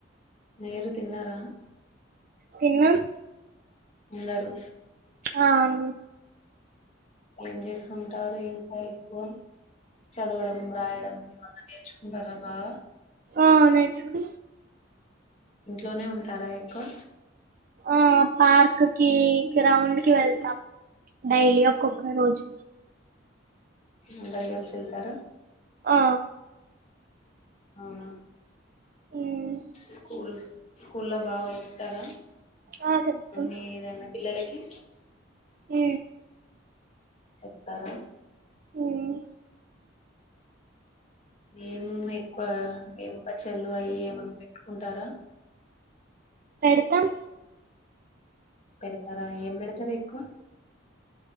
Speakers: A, on the left; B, on the right.
A: మీరు తిన్నారా
B: తిన్నాం
A: అందరూ
B: ఆ ఆన్
A: ఏం చేస్తుంటారు ఇంకా ఎక్కువ చదవడం రాయడం ఏమన్నా నేర్చుకుంటారా బాగా
B: ఆ నేర్చుకు
A: ఇంట్లోనే ఉంటారా ఎక్కువ
B: ఆ పార్క్ కి గ్రౌండ్ కి వెళ్తాం డైలీ ఒక్కొక్క రోజు
A: అందరిగల్సిఎల్తారా
B: ఆ
A: అవునా
B: ఉమ్,
A: స్కూల్ స్కూల్ లో బాగా చెప్తారా
B: ఆ చెప్తం
A: అన్ని ఏదైనా పిల్లలకి
B: ఊ
A: చెప్తారా
B: ఉమ్,
A: ఏం ఎక్కువ ఏం పచ్చడలు అవి ఏమన్నా పెట్టుకుంటారా
B: పెడతాం
A: పెడతరా ఏం పెడతరు ఎక్కువ